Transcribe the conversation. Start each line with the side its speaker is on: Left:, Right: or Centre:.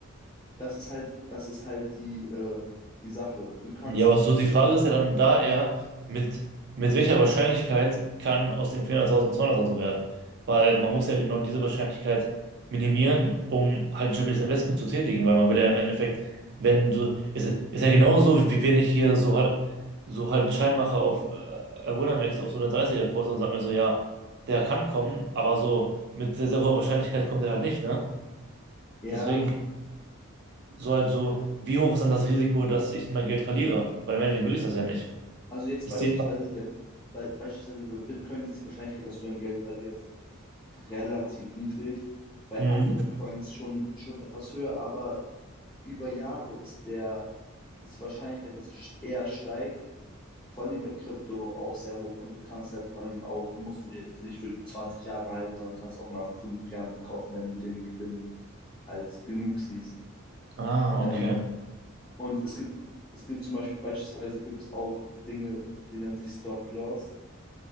Left: Das ist halt, das ist halt die, äh, die Sache. Du kannst
Right: Ja, aber so
Left: super,
Right: die Frage ist ja dann da eher, mit, mit welcher Wahrscheinlichkeit kann aus den 400.000 200.000 werden? Weil man muss ja genau diese Wahrscheinlichkeit minimieren, um halt ein stabiles Investment zu tätigen, weil man will ja im Endeffekt, wenn du, ist, ist ja genauso, wie wie wenn ich hier so halt, so halt einen Schein mache auf äh, Winamax, auf so eine 30 quote und sag mir so, ja, der kann kommen, aber so mit sehr, sehr hoher Wahrscheinlichkeit kommt er halt nicht, ne?
Left: ja,
Right: Deswegen so halt so,
Left: äh,
Right: wie hoch ist dann das Risiko, dass ich mein Geld verliere? Weil im Endeffekt will ich das ja nicht.
Left: also jetzt
Right: Ich
Left: beispielsweise
Right: sehe.
Left: bei, bei, beispielsweise bei Bitcoin ist die Wahrscheinlichkeit, dass du dein Geld verlierst, relativ niedrig. Bei
Right: Mhm.
Left: anderen Coins schon, schon etwas höher, aber über Jahre ist der, ist die Wahrscheinlichkeit, dass es eher steigt, vor allen Dingen bei Krypto auch sehr hoch. Und du kannst halt vor allen Dingen auch, musst du dir jetzt nicht für 20 Jahre halten, sondern kannst auch nach fünf Jahren verkaufen, wenn du den Gewinn als genug siehst.
Right: Ah,
Left: Ähm,
Right: okay.
Left: und es gibt, es gibt zum Beispiel, beispielsweise gibt es auch Dinge, die nennen sich Stop-Loss.